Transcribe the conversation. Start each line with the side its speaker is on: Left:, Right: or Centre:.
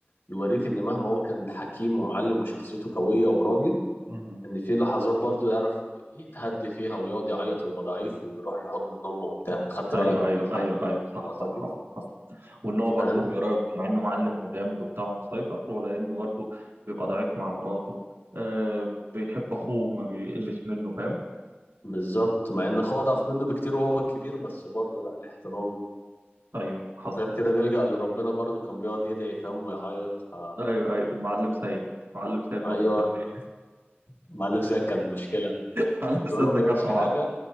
Left: يوريك ان مهما هو كان حكيم ومعلم وشخصيته قوية وراجل
Right: مم.
Left: ان في لحظات برضو يعرف يتهدي فيها ويقعد يعيط ويبقى ضعيف ويروح لحضن امه وبتاع خدت
Right: ايوه
Left: بالك
Right: ايوه
Left: من الحق
Right: ايوه ايوه صح
Left: اللقطات
Right: صح
Left: دي
Right: حصل حصل وان هو برضه
Left: فاهم
Right: بيراقب مع انه معلم وجامد وبتاع ومسيطر ولا انه برضه بيبقى ضعيف مع مراته آه بيحب اخوه ما بيقلش منه فاهم
Left: بالظبط مع ان اخوه اضعف منه بكتير وهو الكبير بس برضو لا ليه احترامه
Right: ايوه حصل
Left: غير كده بيلجأ لربنا برضو كان بيقعد يدعي فاهم ويعيط ف...
Right: ايوه ايوه المعلم سيد المعلم سيد برضه
Left: ايوه
Right: كان ليه
Left: معلم زي كان مشكلة
Right: <laughs> المعلم سيد
Left: تقول له ما
Right: ده كان
Left: يقولش
Right: عوار
Left: حاجه